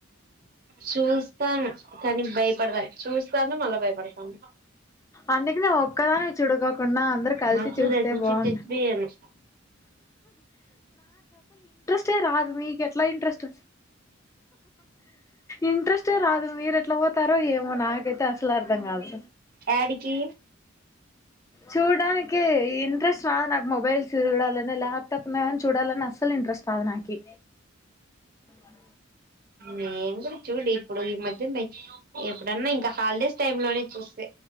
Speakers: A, on the right; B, on the left.
A: చూస్తాను కానీ భయపడదా చూస్తాను మళ్ళా భయపడతాను
B: అందుకే నువ్వు ఒక్కదానివి చూడకోకుండా అందరు కలిసి
A: మస్
B: చూస్తే
A: రజనీ
B: బాగుండు
A: చెట్వియను
B: టె రాదు మీకు ఎట్లా ఇంట్రెస్ట్ ఇంట్రెస్టే రాదు మీరు ఎట్లా పోతారో ఏమో నాక అసల్ అర్థం కాదు
A: యాడికి
B: చూడడానికి ఇంట్రెస్ట్ రాదు నాకు మొబైల్స్ చూడాలని ల్యాప్టాప్ కాని చూడాలని అస్సలు ఇంట్రెస్ట్ రాదు నాకు ఆ
A: నేను కూడా చూడి ఇప్పుడు ఈ మధ్య ఎప్పుడన్నా ఇంకా హాలిడేస్ టైమ్ లోనే చూస్తే